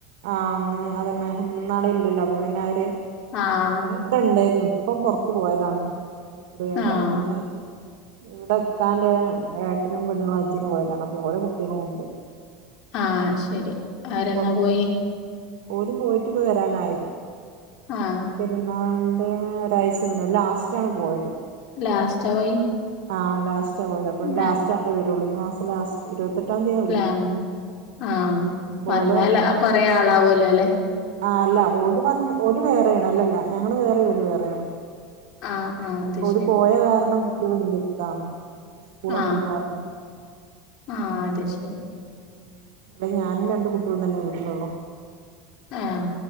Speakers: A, on the right (about 80°); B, on the left (about 45°).
A: ആഹ് ഇന്ന് അതന്നെ ഇന്നും നാളേം ഇല്ലല്ലോ അപ്പൊ പിന്നെ അവര്
B: ആഹ്
A: ഇവരേ ഇവിടെ ഇണ്ടേര്ന്നു ഇപ്പം പൊറത്ത് പോയതാണ് രണ്ടാളും
B: ആഹ്
A: പിന്നെ ഇവിടെ ഇക്കാന്റെ ഏട്ടനും പെണ്ണ്ങ്ങളും ഹജ്ജിന് പോയതാണ് അപ്പൊ ഓലെ കുട്ട്യേളൂണ്ട്
B: ആഹ് ശരി അവരെന്നാ
A: പുറത്ത്
B: പോയെ?
A: കളി ഓല് പോയിറ്റിപ്പൊ വരാനായി
B: ആഹ്
A: പെരുന്നാളിന്റേ ഒരാഴ്ച്ച മുന്നെ ഓല് ലാസ്റ്റാണ് പോയത്
B: ലാസ്റ്റാ പോയി
A: ആഹ് ലാസ്റ്റാ പോയത് അപ്പൊ ലാസ്റ്റാണ്ല്ലോ
B: ആഹ്
A: വരൊള്ളൂ ഈ മാസം ലാസ്റ്റ് ഇര്പത്തെട്ടാംതീയതി
B: ലാ ആഹ് വന്നല്ലോ
A: ഓലെ
B: കൊറേ ആളാവുഅല്ലോലേ
A: ആഹ് അല്ല ഓല് വന്ന് ഓല് വേറേയാണ് അല്ലല്ല ഞങ്ങള് വേറെ ഓല് വേറേയാണ്
B: ആഹ് ആഹ് അത്
A: ഓല്
B: ശരി
A: പോയ കാരണം കുട്ട്യേളുണ്ട് എന്താണ് സ്കൂളൊക്കെള്ള
B: ആഹ്
A: കാര്നോ
B: ആഹ് അത് ശരി
A: ഉം ഇവ്ടെ ഞാനും രണ്ട് കുട്ട്യേളും തന്നെ വീട്ടിലൊള്ളൂ
B: ആഹ്